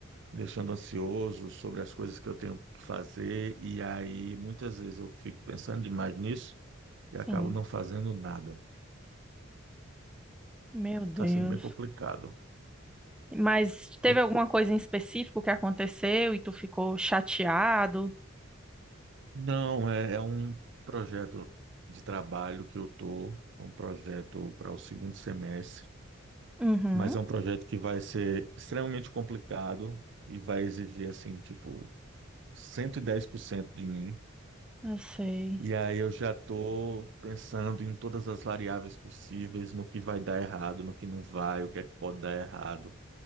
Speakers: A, on the right (about 60°); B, in the centre.
A: me deixando ansioso, sobre as coisas que eu tenho que fazer, e aí muitas vezes eu fico pensando demais nisso e
B: sim.
A: acabo não fazendo nada.
B: Meu Deus.
A: Está sendo bem complicado.
B: Mas teve
A: É-
B: alguma coisa em específico que aconteceu e tu ficou chateado?
A: Não, é, é um projeto de trabalho que eu tô, é um projeto para o segundo semestre,
B: Uhum,
A: mas é um projeto que vai ser extremamente complicado e vai exigir assim, tipo 110% de mim.
B: eu sei.
A: E aí eu já estou pensando em todas as variáveis possíveis, no que vai dar errado, no que não vai, o que é que pode dar errado,